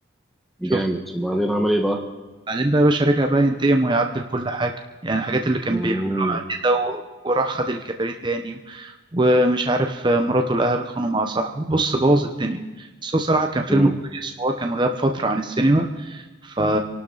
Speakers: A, in the centre; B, on the right.
A: جامد
B: شفت
A: وبعدين عمل ايه بقى؟
B: بعدين بقى يا باشا رجع بقى ينتقم ويعدل كل حاجة يعني الحاجات اللي كان
A: مم.
B: بيعملها ده و- وراح خد الكباريه تاني ومش عارف آه، مراته لقاها بتخانق مع صاحبه بص بوظ الدنيا بس هو صراحة كان فيلم
A: مم.
B: كويس وهو كان غاب فترة عن السينما ف...